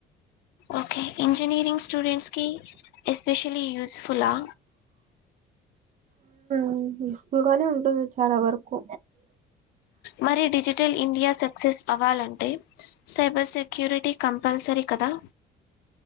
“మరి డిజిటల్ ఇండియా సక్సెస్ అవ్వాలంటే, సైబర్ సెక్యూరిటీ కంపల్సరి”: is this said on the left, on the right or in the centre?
Left